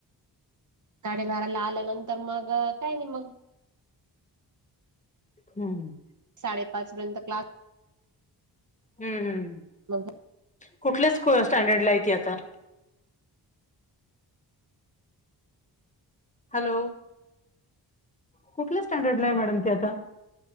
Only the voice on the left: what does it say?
हम्म
हम्म हम
कुठल्या स्टँडर्डला आहे ती आता? हॅलो, कुठल्या स्टँडर्डला आहे मॅडम ती आता?